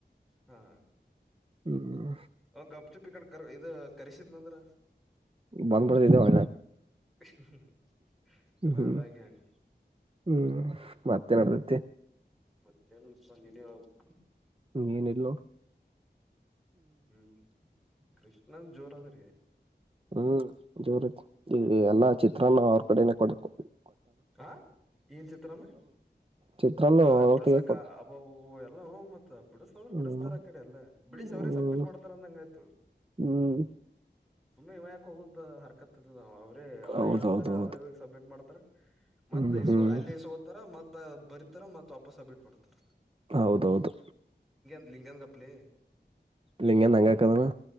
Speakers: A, in the centre; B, on the right.
A: ಹ್ಹಾ.
B: ಹ್ಮ್
A: ಅವ್ ಗಪ್ ಚುಪಿ ಕಡೆ ಕರ್ ಇದು ಕರೆಸಿದ್ನಂದ್ರ
B: ಬಂದ್ ಬಿಡ್ತಿದ್ದೇವ
A: <unintelligible> ರಾಧಾ
B: ಹ್ಮ್
A: ಗ್ಯಾಂಗ್.
B: ಹ್ಮ್ ಮತ್ತೇನ್ಡತೈತಿ.
A: ಮತ್ತ ಏನು ಇಲ್ಪಾ ನೀನು ಹೇಳಬೇಕ್ಕ.
B: ನೀನ್ಎಲ್ಲೋ.
A: ಹ್ಮ್. ಕೃಷ್ಣನ್ ಜೋರ ಆದ್ರಿ.
B: ಹ್ಮ್ ಜೋರ ಐತಿ ಈ ಎಲ್ಲಾ ಚಿತ್ರನ್ನಾ ಅವ್ರ ಕಡಿನೇ ಕೊಡ್ಯಾಕ ಹೊಕ್ಕೆವಿ.
A: ಕಾಹಾ ಏನ್ ಚಿತ್ರನ್ನಾ
B: ಚಿತ್ರಾನ್ನ
A: ಹಾ
B: ಅವತ್ತಿಗೆ
A: ಬಿಡ್ಸಕಾ
B: ಕೊಟ್ಟ
A: ಅಬಬುಬು ಎಲ್ಲ ಹೂಂಮ ಮತ್ತ. ಬಿಡಿಸ ಅಂದ್ರ
B: ಹ್ಮ್
A: ಬಿಡಿಸತಾರ ಆ ಕಡೆ ಎಲ್ಲ ಬಿಡಿಶ್ ಅವರೇ
B: ಹ್ಮ್
A: ಸಬ್ಮಿಟ್ ಮಾಡ್ತಾರ ಅಂದಂಗಾಯ್ತು
B: ಹ್ಮ್
A: ಸುಮ್ನೆ ಇವ ಯಾಕ ಹೋಗದ್ ಹರ್. ಕತ್ತದದ ಆವೆ. ರೇ ಅವ್ರೇ
B: ಹೌದೌದೌದು
A: ಇಳಿಸ್ತಾರ ಅವ್ರೇ ಹೋಗಿ ಸಬ್ಮಿಟ್ ಮಾಡ್ತಾರಾ. ಮತ್ತ
B: ಹ್ಮ್
A: ಇಸ್ಕೊ
B: ಹ್ಮ್
A: ಅಲ್ಲೇ ಇಸ್ಕೊತಾರಾ ಮತ್ ಬರೀತ್ತಾರಾ ಮತ್ತ ವಾಪಸ್ಸ. ಬಿಟ್ಬಿಡ್ತಾರ.
B: ಹೌದ ಹೌದು.
A: ಲಿಂಗ್ಯಾನ್ ಗಪ್ಲೇ.
B: ಲ್ಲಿಂಗ್ಯಾನ ಹಂಗ ಯಾಕ ಅದನಾ.